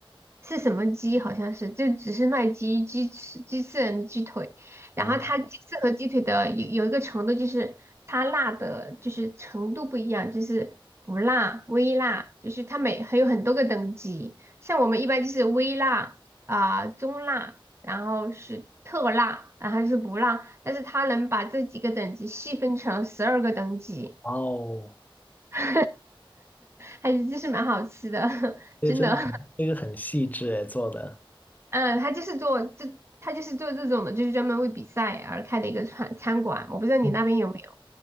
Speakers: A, on the right; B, on the left.
A: 是什么鸡？好像是，就只是卖鸡、鸡翅、鸡翅人、鸡腿。
B: 哦，
A: 然后它鸡翅和鸡腿的有有一个程度，就是它辣的，就是程度不一样，就是不辣、微辣，就是它每还有很多个等级。像我们一般就是微辣啊、中辣，然后是特辣，然后就是不辣。但是它能把这几个等级细分成十二个等级，
B: 哦，
A: <laughs> 还是就是蛮好吃的，<laughs>
B: 这个真的很，
A: 真的。
B: 这个很细致诶，做的。
A: 嗯，他就是做这，他就是做这种的，就是专门为比赛而开的一个餐餐馆。我不知道你那边有没有？
B: <laughs>